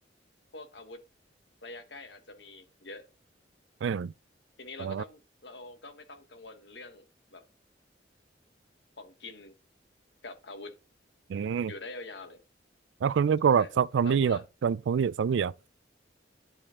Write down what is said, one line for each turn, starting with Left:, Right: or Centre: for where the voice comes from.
Left: พวกอาวุธระยะใกล้อาจจะมีเยอะ
Right: เออ
Left: ทีนี้เราก็ต้องเราก็ไม่ต้องกังวลเรื่องแบบ
Right: อ๋อ
Left: ของกินกับอาวุธ
Right: อืม
Left: อยู่ได้ยาวๆเลย
Right: แล้วคุณไม่กลัวแบบซอมบี้แบบจนซอมบี้ซอมบี้เหรอ
Left: ใช่ครับแล้วคุณล่ะ